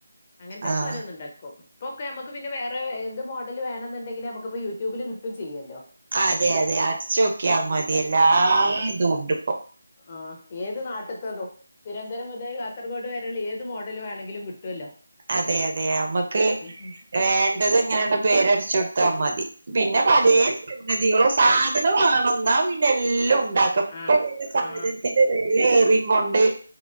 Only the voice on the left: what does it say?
അങ്ങനത്തെക്കെ
ഓരോന്ന് ഉണ്ടാക്കും, ഇപ്പൊക്കെ നമുക്ക് പിന്നെ വേറെ എന്ത് മോഡൽ വേണെന്നുണ്ടെങ്കിൽ നമക്ക്കിപ്പ യൂട്യൂബില് കിട്ടും ചെയ്യല്ലോ.
ആഹ് ഏത് നാട്ടത്തതും തിരുവനന്തപരം മുതൽ കാസർഗോഡ് വരെയുള്ള ഏത് മോഡൽ വേണമെങ്കിലും കിട്ടുമല്ലോ
ഉം
അതന്നെ
ആ
ആ